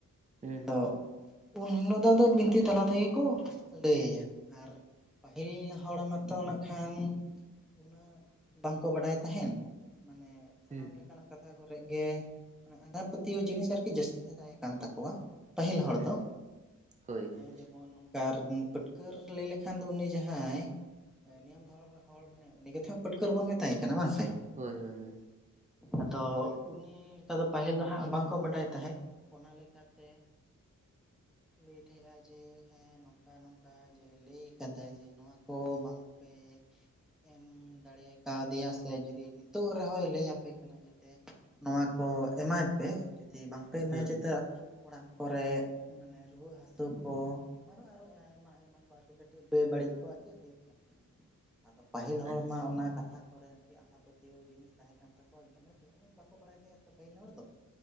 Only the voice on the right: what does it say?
ᱦᱩᱸ
ᱦᱩᱸ
ᱦᱩᱸ
ᱦᱩᱸ
ᱦᱳᱭ ᱦᱳᱭ
ᱦᱳᱭ ᱦᱳᱭ ᱦᱳᱭ
ᱦᱮᱸ
ᱟᱪᱪᱷᱟ